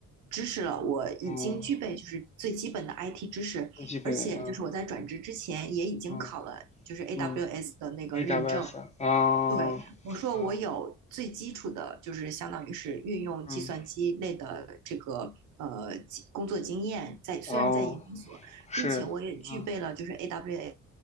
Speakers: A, on the right; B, on the left.
A: 知识了，我已经具备就是最基本的
B: 嗯，
A: IT 知识，
B: 最基本的啊，
A: 而且就是我在转职之前也已经考了就是
B: 嗯
A: AWS
B: 嗯
A: 的那个认证。
B: ，AWS 啊，啊
A: 对，我说我有最基础的，
B: 啊
A: 就是相当于是运用计算机类的这个呃经工作经验在，
B: 嗯，
A: 虽然在研究所，
B: 哦，是，
A: 并且我也具备了就是
B: 嗯
A: AWS